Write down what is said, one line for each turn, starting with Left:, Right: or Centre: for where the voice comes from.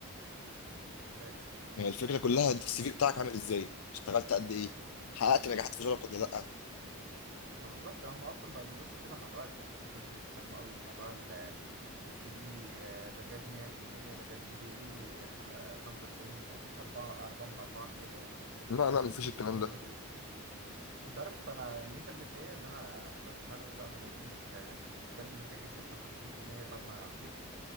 Right: مم، رايق
Left: هي الفكرة كلها انت السي في بتاعك عامل ازاي اشتغلت قد ايه حققت نجاحات في شغلك ولا لا
Right: ما بالظبط هم اصلا بقى بيبصوا كده مع الوقت يعني ما بيبقوش يهتموا قوي بموضوع ال- السي في آه، ده جاب 100% ده جاب جي بي اي 95 4 4 من 4 كده يعني فاهمني؟ ما
Left: لا لا مفيش
Right: بيبقوش
Left: الكلام
Right: يهتموا
Left: ده
Right: بحاجه زي دي انت عارف انا الميزه اللي فيا اللي انا في ثالثه ثانوي بقى بما انك آه، كنت بتتكلم ان انت جبت 53% بعد ما عديت